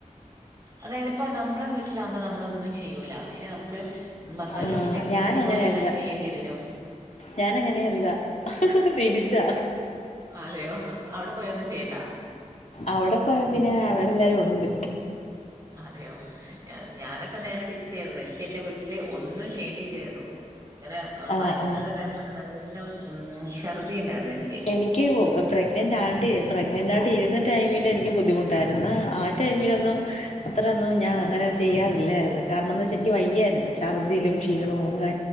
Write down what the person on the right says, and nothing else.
അതായത്പ്പോ നമ്മളെ വീട്ടിലാകുമ്പോ നമ്മളൊന്നും ചെയ്യൂല പക്ഷെ നമുക്ക് ഭർത്താവിന്റെ
വീട്ടിലേക്ക്
തിരിച്ച്പോയ എല്ലാം ചെയ്യേണ്ടി വെരും
അതെയോ അവിടെ പോയ ഒന്നും ചെയ്യണ്ട
അതെയോ ഞാനൊക്കെ നേരെ തിരിച്ചേര്ന്നു എനിക്ക് എന്റെ വീട്ടില് ഒന്നും ചെയ്യേണ്ടില്ലേര്ന്നു ങ്ങനെ വയറ്റ്ല്ള്ള
ടൈമിലൊക്കെ നല്ല ഉം ശർദ്ദിണ്ടാർന്നു എനിക്ക്